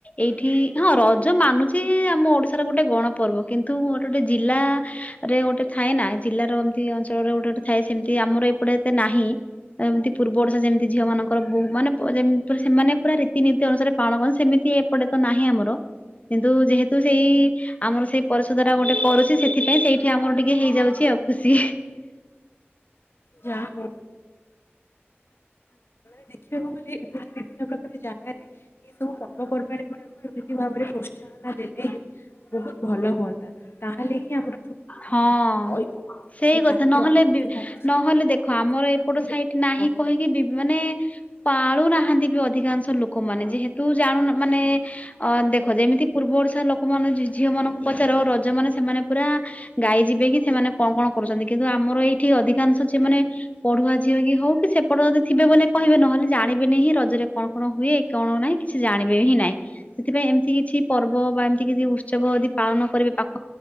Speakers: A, on the left; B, on the left.
A: ଏଇଠି ହଁ ରଜ ମାନୁଚି ଆମ ଓଡିଶାର ଗୋଟେ ଗଣପର୍ବ କିନ୍ତୁ ଗୋଟେ ଗୋଟେ ଜିଲ୍ଲା ରେ ଗୋଟେ ଥାଏ ନା ଜିଲ୍ଲାର ଏମିତି ଅଞ୍ଚଳରେ ଗୋଟେ ଗୋଟେ ଥାଏ ସେମିତି ଆମର ଏପଟେ ଏତେ ନାହିଁ ଏମିତି ପୂର୍ବ ଓଡିଶା ଯେ ମିତି ଝିଅ ମାନଙ୍କର ବହୁ ମାନେ-ପ-ଯେମି ପୁରା ସେମାନେ ପୁରା ରୀତିନୀତି ଅନୁସାରେ ପାଳନ କରନ୍ତି ସେମିତି ଏପଟେ ତ ନାହିଁ ଆମର। କିନ୍ତୁ ଯେହେତୁ ସେଇ ଆମର ସେଇ ପରିଶୋଧ ଟା ଗୋଟେ କରୁଚି ସେଥିପାଇଁ ସେଇଠି ଆମର ଟିକେ ହେଇଯାଉଚି ଆଉ ଖୁସି।
B: ଯା ହଉ <inaudible> ଦେଖିବାକୁ ଗଲେ <unintelligible> ପ୍ରକାର ଜାଗାରେ ଏ ସବୁ ପର୍ବପର୍ବାଣୀ ଗୁଡ଼ାକରେ ଏମିତି ଭାବରେ ପ୍ରୋତ୍ସାହନ ଦେଲେ ହିଁ। ବହୁତ ଭଲ ହୁଅନ୍ତା ତାହେଲେ ହିଁ ଆମର ଯୋଉ
A: ହଁ।
B: ଐ ମାନେ
A: ସେଇ କଥା
B: ଜାତୀୟ
A: ନହେଲେ
B: ଐତିହ୍ୟ
A: ବି
B: ଅଛି
A: ନହେଲେ ଦେଖ ଆମର
B: ସେଇଟା
A: ଏପଟ ସାଇଟ ନାହିଁ
B: ରହିବ
A: କହିକି ବି ମାନେ ପାଳୁନାହାନ୍ତି ବି ଅଧିକାଂଶ ଲୋକ ମାନେ ଯେହେତୁ ଜାଣୁ ମାନେ ଅ ଦେଖ ଯେମିତି ପୂର୍ବ ଓଡିଶାର ଲୋକମାନେ ଜି-ଝିଅ ମାନଙ୍କୁ ପଚାର ରଜ ମାନ ସେମାନେ ପୁରା ଗାଈ ଯିବେ କି ସେମାନେ କଣ କଣ କରୁଚନ୍ତି କିନ୍ତୁ ଆମର ଏଇଠି ଅଧିକାଂଶ ଝିଅମାନେ ପଢୁଆ ଝିଅ କି ହଉ କି ସେ ସେପଟ ଯଦି ଥିବେ ବୋଲେ କହିବେ ନହେଲେ ଜାଣିବେନି ହିଁ ରଜରେ କଣ କଣ ହୁଏ କଣ ନାହିଁ କିଛି ଜାଣିବେ ହିଁ ନାହିଁ। ସେଥିପାଇଁ ଏମିତି କିଛି ପର୍ବ ବା ଏମିତି କିଛି ଉତ୍ସବ ଯଦି ପାଳନ କରିବେ ପାଖ